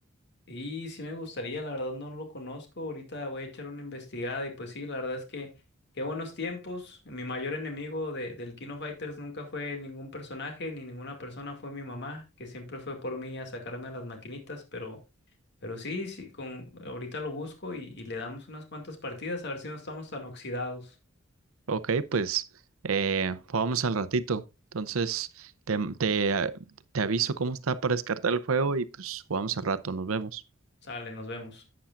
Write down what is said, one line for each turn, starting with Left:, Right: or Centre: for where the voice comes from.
Left: Y sí me gustaría, la verdad no lo conozco, ahorita voy a echar una investigada y pues sí, la verdad es que qué buenos tiempos, mi mayor enemigo de, del King of Fighters nunca fue ningún personaje ni ninguna persona, fue mi mamá, que siempre fue por mí a sacarme las maquinitas, pero, pero sí, sí, con, ahorita lo busco y, y le damos unas cuantas partidas a ver si no estamos tan oxidados.
Right: Ok, pues eh, jugamos al ratito. Entonces, te, te, te aviso cómo está para descartar el juego y pues jugamos al rato. Nos vemos.
Left: Sale, nos vemos.